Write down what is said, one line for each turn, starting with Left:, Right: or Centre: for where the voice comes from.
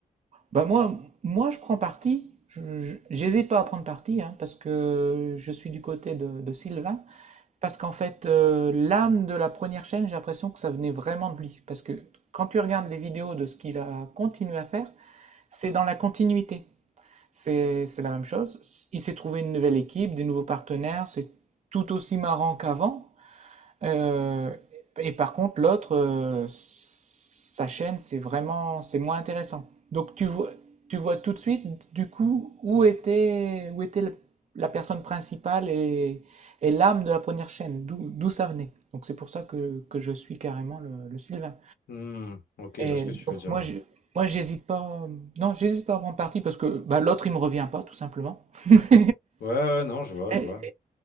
Right: bah moi, moi, je prends parti. Je- je- J'hésite pas à prendre parti hein, parce que je suis du côté de, de Sylvain. Parce qu'en fait, euh, l'âme de la première chaîne, j'ai l'impression que ça venait vraiment de lui. Parce que quand tu regardes les vidéos de ce qu'il a continué à faire, c'est dans la continuité. C'est c'est la même chose. Il s'est trouvé une nouvelle équipe, des nouveaux partenaires, c'est tout aussi marrant qu'avant. Euh, et par contre, l'autre, euh, sa chaîne, c'est vraiment, c'est moins intéressant. Donc tu vois, tu vois tout de suite, du coup, où était, où était le- la personne principale et, et l'âme de la première chaîne, d'où d'où ça venait. Donc c'est pour ça que, que je suis carrément le, le Sylvain.
Left: Hmm, ok,
Right: Et
Left: je vois ce que tu
Right: donc
Left: veux dire.
Right: moi, je, moi, j'hésite pas. Non, j'hésite pas à prendre parti parce que bah, l'autre, il me revient pas, tout simplement. <laughs>
Left: Ouais, ouais, non, je vois, je
Right: Et,
Left: vois.